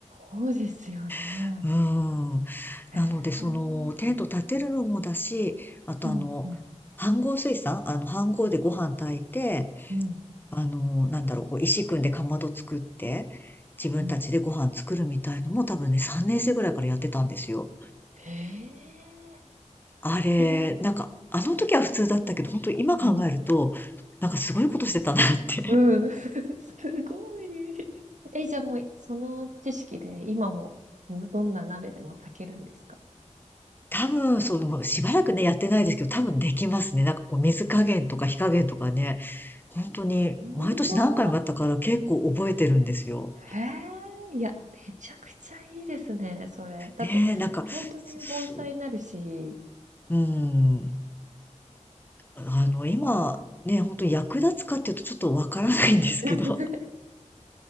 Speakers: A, on the right; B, on the left.
A: そうですよね。
B: <laughs> うん。
A: へえ。
B: なので、その、テント立てるのもだし、あとあの、
A: うん、うん、
B: 飯盒炊さんあの、飯盒でご飯炊いて、
A: うん、
B: あの、なんだろう、こう、石組んでかまど作って、自分たちでご飯作るみたいのも多分ね、
A: うん。
B: 3年生ぐらいからやってたんですよ。
A: へえ。
B: あれ、
A: え、うん、
B: なんか、あの時は普通だったけど、本当に今考えると、
A: う
B: なんかすごいことしてたなって
A: ん。<laughs> すごい。え、じゃあもう、その知識で今も、どんな鍋でも炊けるんですか
B: 多分、そう、もうしばらくね、やってないですけど、多分できますね。なんかこう、水加減とか火加減とかね、本当に、
A: す
B: 毎年何回もやったから結構覚えてるんですよ。
A: ごいへえ、いや、めちゃくちゃいいですね、それ。だって、
B: ねえ、なんか、
A: 本当に盆栽になるし。
B: すうん、あの、今、
A: うん
B: ね、本当に役立つかっていうとちょっとわからないんですけど。
A: <laughs>